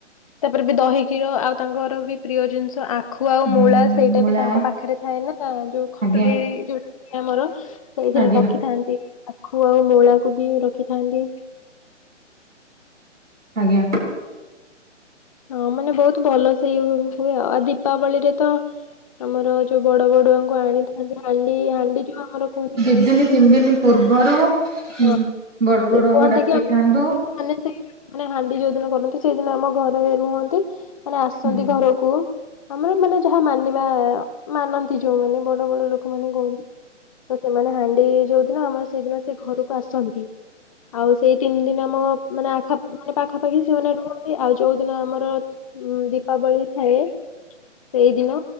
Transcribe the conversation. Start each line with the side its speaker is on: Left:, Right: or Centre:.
Left: ତାପରେ ବି ଦହି କ୍ଷୀର ଆଉ ତାଙ୍କର ବି ପ୍ରିୟ ଜିନିଷ ଆ ଖୁଆ ଆଉ
Right: ଉଁ
Left: ମୂଳା ସେଇଟା
Right: ମୂଳା
Left: ବି ତାଙ୍କ ପାଖରେ ଥାଏ ନା। ଯୋଉ ଖଟୁଲି
Right: ଆଜ୍ଞା
Left: ଯୋଉ ଆମର ସେଇଥିରେ
Right: ଆଜ୍ଞା
Left: ରଖିଥାନ୍ତି। ଆଖୁ ଆଉ ମୂଳାକୁ ବି ରଖିଥାନ୍ତି।
Right: ଆଜ୍ଞା।
Left: ହଁ ମାନେ ବହୁତ ଭଲ ସେଇ ହୁଏ। ଆ ଆଉ ଦୀପାବଳିରେ ତ ଆମର ଯୋଉ ବଡ ବଡୁଆଙ୍କୁ ଆଣିଥାନ୍ତି ହାଣ୍ଡି ହାଣ୍ଡି ଯୋଉ ଆମର କୁହନ୍ତି।
Right: ଦୁଇ ଦିନ ତିନି ଦିନ ପୂର୍ବରୁ ବଡ
Left: ହଁ
Right: ବଡୁଆଙ୍କୁ
Left: କୁହନ୍ତି
Right: ଡାକିଥାଆନ୍ତୁ।
Left: କି ମାନେ ସେ ମାନେ ହାଣ୍ଡି ଯୋଉ ଦିନ କରନ୍ତି। ସେଇଦିନ ଆମ ଘରେ ରୁହନ୍ତି। ମାନେ ଆସନ୍ତି
Right: ହୁଁ।
Left: ଘରକୁ। ଆମର ମାନେ ଯାହା ମାନିବା। ମାନନ୍ତି ଯୋଉମାନେ ବଡ ବଡ ଲୋକମାନେ କୁହନ୍ତି। ତ ସେମାନେ ହାଣ୍ଡି ଯୋଉଦିନ ଆମର ସେଇଦିନ ସେ ଘରକୁ ଆସନ୍ତି। ଆଉ ସେଇ ତିନି ଦିନ ଆମ ମାନେ ଆଖ ମାନେ ପାଖାପାଖି ସେମାନେ ରୁହନ୍ତି। ଆଉ ଯୋଉଦିନ ଆମର ହଁ ଦୀପାବଳି ଥାଏ। ସେଇଦିନ